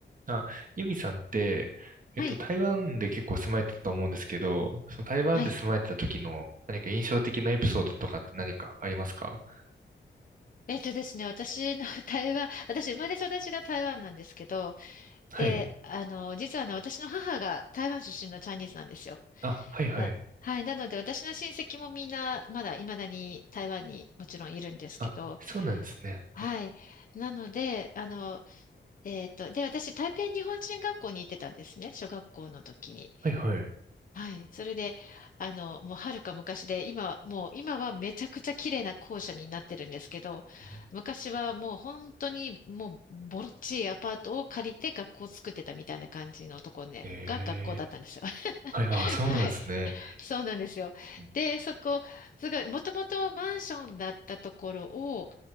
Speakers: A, on the right; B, on the left.
A: あ、ユミさんって、えっと、
B: はい。
A: 台湾で結構住まれてたと思うんですけど、その台湾で住まれてた時の何か印象的なエピソードとかって何かありますか
B: はい。えっとですね、私の <laughs> 台湾、私生まれ育ちが台湾なんですけど、
A: はい。
B: で、あの、実はね、私の母が台湾出身のチャイニーズなんですよ。
A: あ、はいはい。
B: な、はい。なので、私の親戚もみんな、まだ未だに台湾にもちろんいるんですけど、
A: あ、そうなんですね。
B: はい。なので、あの、えっと、で、私、台北日本人学校に行ってたんですね、小学校の時に。
A: はいはい。う
B: はい。それで、あの、もうはるか昔で、今、もう今はめちゃくちゃ綺麗な校舎になってるんですけど、
A: ん
B: 昔はもう本当にもうボロっちいアパートを借りて学校を作ってたみたいな感じのとこね、
A: え
B: が学校だったんですよ。<laughs>
A: ー、はい、あ、そうなんですね。
B: はい。そうなんですよ。
A: うん
B: で、そこ、すごい、もともとマンションだったところを、